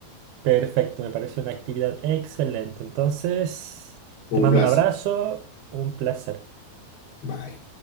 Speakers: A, on the right; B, on the left.
A: Perfecto, me parece una actividad excelente. Entonces, te mando
B: Un placer.
A: un abrazo, un placer.
B: Bye.